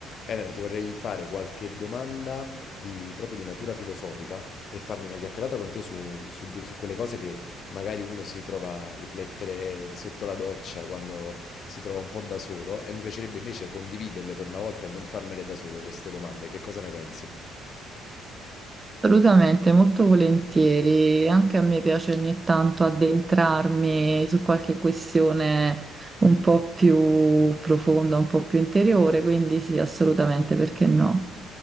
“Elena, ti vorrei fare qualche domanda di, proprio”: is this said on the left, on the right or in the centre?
Left